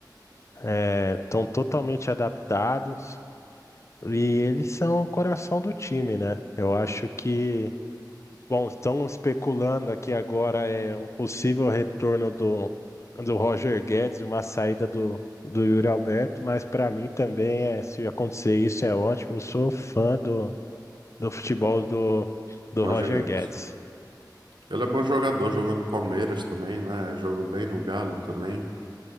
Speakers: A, on the left; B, on the right.
A: É, estão totalmente adaptados e eles são o coração do time, né? Eu acho que Bom, estão especulando aqui agora é um possível retorno do, do Roger Guedes e uma saída do, do Yuri Alberto, mas para mim também é, se acontecer isso é ótimo. Eu sou fã do, do futebol do, do
B: Roger
A: Roger
B: Guedes.
A: Guedes.
B: Ele é bom jogador, jogou no Palmeiras também, né? Jogou bem no Galo também.